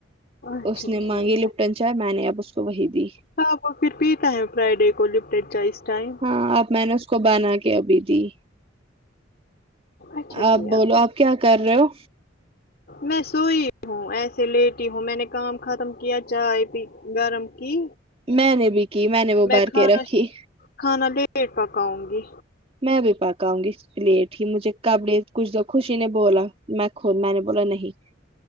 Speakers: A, on the left; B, on the right.
A: اچھا
B: اس
A: ٹھیک
B: نے مانگی لپٹن
A: ہے
B: چائے میں نے اب اس کو وہی دی
A: ہاں وہ پھر پیتا ہے فرائیڈے کو لپٹن چاۓ اس ٹائم
B: ہاں اب میں نے اس کو بنا کے ابھی دی
A: اچھا
B: آپ
A: کیا
B: بولو آپ کیا کر رہے ہو
A: میں سوئی ہوں ایسے لیٹی ہوں میں نے کام ختم کیا چائے پی گرم کی
B: میں نے بھی کی نے وہ
A: میں
B: بار
A: کھانا
B: کے رکھی
A: کھانا لیٹ پکاؤں گی
B: میں بھی پکاؤں گی لیٹ ہی مجھے کبڑے کچھ دو خوشی نے بولا میں خود میں نے بولا نہیں